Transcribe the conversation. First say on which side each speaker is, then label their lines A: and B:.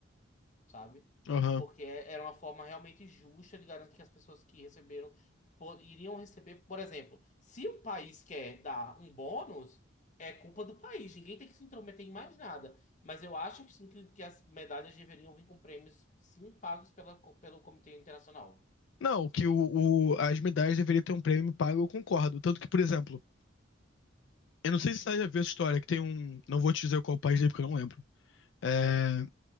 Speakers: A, on the left; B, on the left.
A: sabe?
B: Aham.
A: Porque é, era uma forma realmente justa de garantir que as pessoas que receberam po- iriam receber, por exemplo, se o país quer dar um bônus, é culpa do país, ninguém tem que se intrometer em mais nada. Mas eu acho que sim que, que as medalhas deveriam vir com prêmios sim pagos pela, co- pelo Comitê Internacional.
B: Não, que o, o- as medalhas deveriam ter um prêmio pago, eu concordo. Tanto que, por exemplo, eu não sei se você já viu essa história, que tem um. Não vou te dizer qual país é, porque eu não lembro. É,